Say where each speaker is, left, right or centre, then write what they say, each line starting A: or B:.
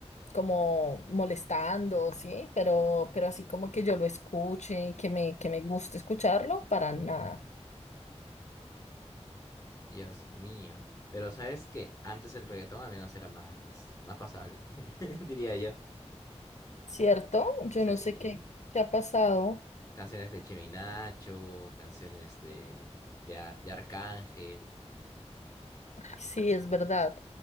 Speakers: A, on the left; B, on the left.
A: como molestando, sí, pero, pero así como que yo lo escuche y que me, que me guste escucharlo, para nada,
B: Dios mío. Pero ¿sabes que Antes el reggaetón al menos era más, más pasable, <laughs> diría yo.
A: ¿cierto? Yo
B: Sí.
A: no sé qué, qué ha pasado,
B: Canciones de Chino y Nacho, canciones de, de, A- de Arcángel.
A: sí, es verdad.